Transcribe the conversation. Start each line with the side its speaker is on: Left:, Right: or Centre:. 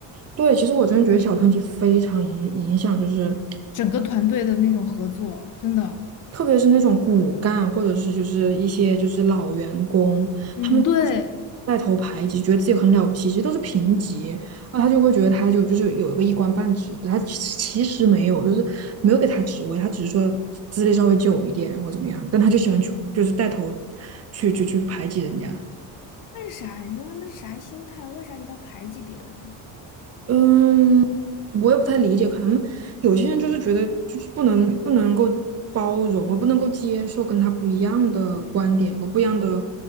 Right: 对，其实我真的觉得小团体非常影影响，就是
Left: 整个团队的那种合作，真的，
Right: 特别是那种骨干或者是就是一些就是老员工，
Left: 嗯，
Right: 他们就是
Left: 对。
Right: 带头排挤，觉得自己很了不起，其实都是平级，那他就会觉得他就就是有一个一官半职的，他其实其实没有，就是没有给他职位，他只是说资历稍微久一点或怎么样，但他就喜欢去就是带头去去去排挤人家。
Left: 为啥？你说他们是啥心态？为啥一定要排挤别人呢？
Right: 嗯，我也不太理解，可能有些人就是觉得就是不能不能够包容，我不能够接受跟他不一样的观点或不一样的